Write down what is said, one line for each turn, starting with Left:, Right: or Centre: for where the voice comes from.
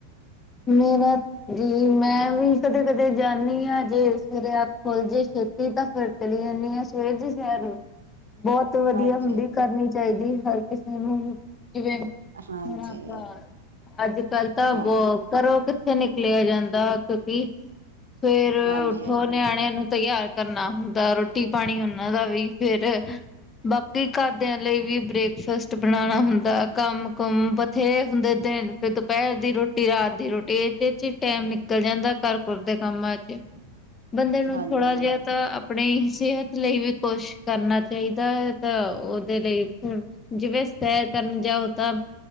Left: ਮੇਰਾ ਜੀ ਮੈਂ ਵੀ ਕਦੇ ਕਦੇ ਜਾਂਦੀ ਹਾਂ ਜੇ ਸਵੇਰੇ ਅੱਖ ਖੁੱਲ ਜੇ ਛੇਤੀ ਤਾਂ ਫਿਰ। ਚਲੀ ਜਾਂਦੀ ਹਾਂ ਸਵੇਰ ਜੀ ਸੈਰ ਬਹੁਤ। ਸਭ ਤੋਂ ਵਧੀਆ
Right: ਹਾਂਜੀ,
Left: ਹੁੰਦੀ ਕਰਨੀ ਚਾਹੀਦੀ ਹਰ ਕਿਸੇ ਨੂੰ ਜਿਵੇਂ।
Right: ਹਾਂਜੀ
Left: ਹੁਣ ਆਪਾ ਅੱਜ ਕੱਲ ਤਾਂ
Right: ਹਾਂ
Left: ਬਹੁ। ਘਰੋ ਕਿੱਥੇ ਨਿਕਲਿਆ ਜਾਂਦਾ ਕਿਉਂਕਿ ਸਵੇਰ
Right: ਹਾਂਜੀ,
Left: ਉੱਠੋ
Right: ਹਾਂਜੀ,
Left: ਨਿਆਣਿਆਂ ਨੂੰ। ਤਿਆਰ ਕਰਨਾ ਹੁੰਦਾ। ਰੋਟੀ ਪਾਣੀ ਉਹਨਾਂ ਦਾ ਵੀ ਫੇਰ ਬਾਕੀ ਘਰਦਿਆਂ ਲਈ ਵੀ ਬ੍ਰੇਕਫਾਸਟ ਬਣਾਉਣਾ ਹੁੰਦਾ ਕੰਮ ਕੁਮ ਬਥੇਰੇ ਹੁੰਦੇ। ਦਿਨ ਫਿਰ ਦੁਪਹਿਰ ਦੀ ਰੋਟੀ ਰਾਤ ਦੀ ਰੋਟੀ ਇਹਦੇ ਚ ਟੈਮ ਨਿਕਲ ਜਾਂਦਾ ਘਰ ਘੁਰ ਦੇ ਕੰਮਾਂ ਚ। ਬੰਦੇ ਨੂੰ
Right: ਹਾਂਜੀ,
Left: ਥੋੜਾ
Right: ਹਾਂਜੀ।
Left: ਜਿਹਾ ਤਾਂ। ਆਪਣੀ ਸਿਹਤ ਲਈ ਵੀ ਕੁਛ ਕਰਨਾ ਚਾਹੀਦਾ ਹੈ ਤਾਂ ਉਹਦੇ ਲਈ ਫਿਰ। ਜਿਵੇਂ ਸੈਰ ਕਰਨ ਜਾਓ, ਤਾਂ